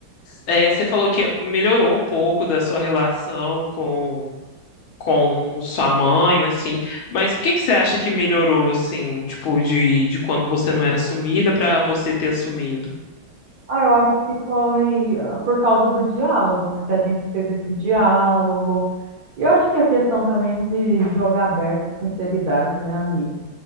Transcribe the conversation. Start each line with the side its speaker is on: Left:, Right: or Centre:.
Left: é, você falou que melhorou um pouco da sua relação com, com sua mãe, assim. Mas por que que você acha que melhorou, assim, tipo, de, de quando você não era sumida pra você ter assumido?
Right: Ah, eu acho que foi ah, por causa do diálogo, né? Que a gente teve esse diálogo. E eu acho que a questão também de jogar aberto e sinceridade, né, amigo?